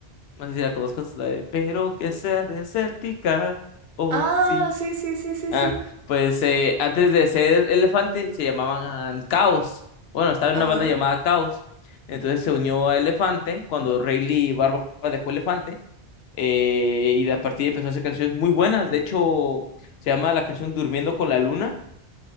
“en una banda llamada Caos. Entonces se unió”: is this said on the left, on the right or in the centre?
Left